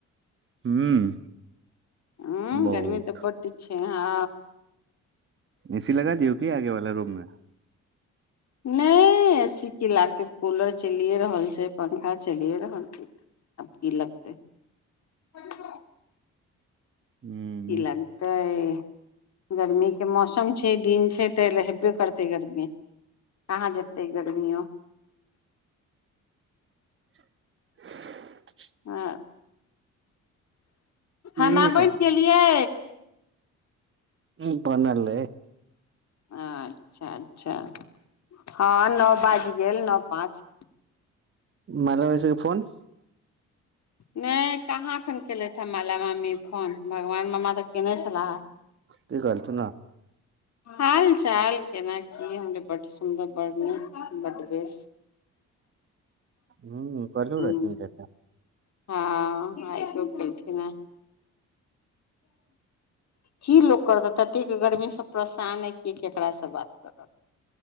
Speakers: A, on the right; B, on the left.
A: ह
B: ह
A: बहुत
B: गरमी तऽ बड छै। हे हँ।
A: एसी लगा दीौ की आगे वाला रूम मे।
B: नए एसी की लागतै कूलर चलिए रहल छै, पंखा चलिए रहल छै, अब की लगते। <unintelligible>
A: ह
B: की लगताै गरमी के मौसम छै दिन छै तऽ लगबे करतै गर्मी, कहाँ जेतै गर्मियओ।
A: <unintelligible>
B: हँ। खाना
A: ठीक
B: बन
A: है
B: गेलियै।
A: ह्म्म बनल है।
B: अच्छा। छा हँ नओ बजि गेल नओ पाँच।
A: मल मसे फोन
B: नहि कहाँखन केलथि हे माला माम्मी फोन, भगवान मामा तऽ कयने छलाहे।
A: ती करतो ना
B: हाल चाल। ए तना कि हमरे बड सुन्दर, बड नीक, बड बेस।
A: ह्म्म कहलु
B: हूँ
A: रहथिन के त।
B: हँ आो कलथीन न। की लोक करत त थिन गर्मी सँ परेशान ह कि केकरा स बात करत